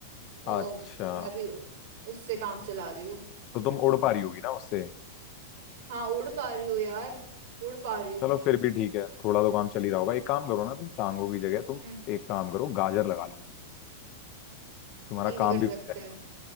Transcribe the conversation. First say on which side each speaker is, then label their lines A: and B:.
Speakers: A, on the right (about 70°); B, on the left (about 35°).
A: तो
B: अच्छा
A: मैं भी उससे काम चला रही हूँ
B: तो तुम उड़ पा रही होगी ना उससे
A: हाँ उड़ पा रही हूँ यार उड़ पा रही हूँ
B: चलो फिर भी ठीक है थोड़ा तो काम चल ही रहा होगा एक काम करो ना तुम टांगों की जगह तुम
A: हम्म,
B: एक काम करो गाजर लगा लो तुम्हारा
A: ये भी
B: काम
A: कर
B: भी
A: सकते
B: हो जाएगा
A: हैं